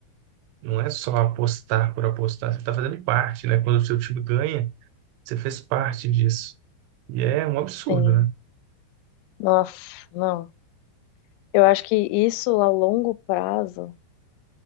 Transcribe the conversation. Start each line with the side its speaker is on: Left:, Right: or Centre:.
Right: não é só apostar por apostar, você está fazendo parte, né? Quando o seu time ganha, você fez parte disso. E é um absurdo,
Left: Tem.
Right: né?
Left: Nossa, não. Eu acho que isso a longo prazo